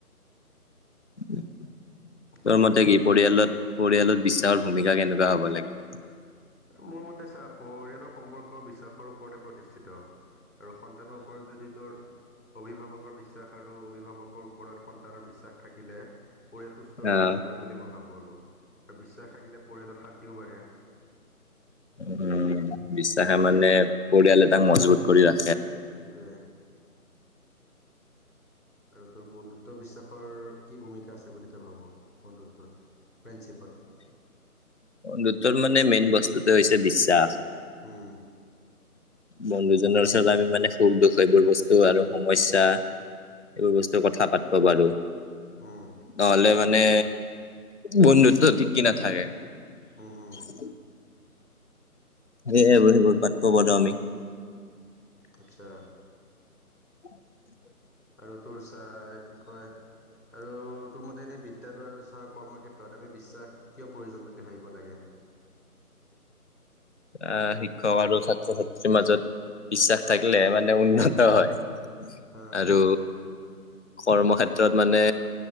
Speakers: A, on the left; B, on the left.
A: তোৰ
B: ক
A: মতে
B: বাকী
A: কি পৰিয়ালত পৰিয়ালত বিশ্বাসৰ ভূমিকা কেনেকুৱা হ'ব লাগে
B: মোৰ মতে ছা পৰিয়ালৰ সম্পৰ্ক বিশ্বাসৰ ওপৰতে প্ৰতিষ্ঠিত আৰু সন্তানৰ ওপৰত যদি তোৰ অভিভাৱকৰ বিশ্বাস আৰু অভিভাৱকৰ ওপৰত সন্তানৰ বিশ্বাস থাকিলে পৰিয়াল সুস্থ
A: আহ
B: আৰু সুখী হয় বুলি মই ভাবোঁ আৰু আৰু বিশ্বাস থাকিলে পৰিয়ালত শান্তিও বাঢ়ে।
A: উম বিশ্বাসে মানে পৰিয়ালে তাক মজবুত কৰি ৰা
B: সেইটোৱে। আৰু তোৰ বন্ধুত্ব বিশ্বাসৰ কি ভূমিকা আছে বুলি তই ভাব বন্ধুত্বত? ফ্ৰেণ্ডশিপত।
A: <unintelligible> তোৰ মানে মেইন বস্তুটো হৈছে বিশ্বাস
B: হুম
A: বন্ধুজনৰ ওচৰত আমি মানে সুখ দুখ এইবোৰ বস্তু আৰু সমস্যা এইবোৰ বস্তু কথা পাতব পাৰো
B: হুম
A: নহলে মানে বন্ধুত্ব ঠিকি নাথাকে
B: হু হু
A: <unintelligible> সেই বহিবোৰ পাতবো বদ আমি
B: আচ্ছা
A: <unintelligible>
B: আৰু তোৰ চা কি কয়। আৰু তোৰ মতে এনে বিদ্যালয় আৰু ছাৰ কৰ্ম ক্ষেত্ৰত আমি বিশ্বাস, কিয় প্ৰয়োজন বুলি ভাবিব লাগে।
A: <inaudible> আহ, শিক্ষক আৰু ছাত্ৰ ছাত্ৰীৰ মাজত বিশ্বাস থাকিলে মানে উন্নত হয়।
B: হা
A: আৰু কৰ্মক্ষেত্ৰত মানে।